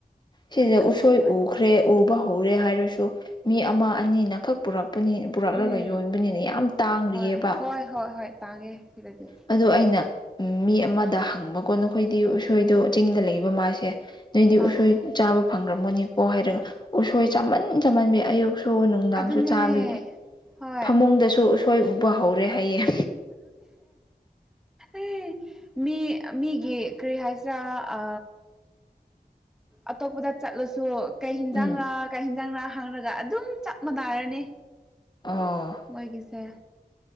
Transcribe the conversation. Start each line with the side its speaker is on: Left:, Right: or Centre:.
Left: ꯁꯤꯗ
Centre: ꯑꯗꯨꯝ
Left: ꯎꯁꯣꯏ
Centre: ꯇꯧꯋꯦ
Left: ꯎꯈ꯭ꯔꯦ ꯎꯕ ꯍꯧꯔꯦ ꯍꯥꯏꯔꯁꯨ ꯃꯤ ꯑꯃ ꯑꯅꯤꯅꯈꯛ ꯄꯨꯔ ꯄꯅꯤ ꯄꯨꯔꯛꯂꯒ
Centre: ꯎꯝ
Left: ꯌꯣꯟꯕꯅꯤꯅ ꯌꯥꯝ ꯇꯥꯡꯔꯤꯑꯕ
Centre: ꯍꯣꯏ ꯍꯣꯏ ꯍꯣꯏ ꯍꯣꯏ ꯇꯥꯡꯉꯦ ꯁꯤꯗꯗꯤ
Left: ꯑ ꯑꯩꯅ ꯎ ꯃꯤ ꯑꯃꯗ ꯍꯪꯕꯀꯣ ꯅꯈꯣꯏꯗꯤ ꯎꯁꯣꯏꯗꯣ ꯆꯤꯡꯗ ꯂꯩꯕ ꯃꯥꯁꯦ ꯅꯣꯏꯗꯤ
Centre: ꯑꯥ
Left: ꯎꯁꯣꯏ ꯆꯥꯕ ꯐꯪꯈ꯭ꯔꯝꯃꯅꯤꯀꯣ ꯍꯥꯏꯔꯒ ꯎꯁꯣꯏ ꯆꯃꯟ ꯆꯝꯃꯟꯕꯤ ꯑꯌꯨꯛ ꯁꯨ ꯅꯨꯡꯗꯥꯡꯁꯨ
Centre: ꯑꯗꯨꯅꯦ
Left: ꯆꯥꯕꯤꯌꯦꯦ
Centre: ꯍꯣꯏ
Left: ꯐꯃꯨꯡꯗꯁꯨ ꯎꯁꯣꯏ ꯎꯕ ꯍꯧꯔꯦ ꯍꯥꯏꯌꯦꯦ
Centre: ꯑꯦ ꯃꯤ ꯃꯤꯒꯤ ꯀꯔꯤ ꯍꯥꯏꯁꯤꯔꯥ ꯑ ꯑꯇꯣꯞꯄꯗ ꯆꯠꯂꯁꯨ ꯀꯩ ꯍꯤꯟꯖꯥꯡꯔꯥ
Left: ꯎꯝ
Centre: ꯀꯩ ꯍꯤꯟꯖꯥꯡꯔꯥ ꯍꯥꯡꯉꯒ ꯑꯗꯨꯝ ꯆꯞ ꯃꯥꯟꯅꯔꯅꯤ
Left: ꯑꯣ
Centre: ꯑꯣꯏꯣꯏꯒꯤꯁꯦ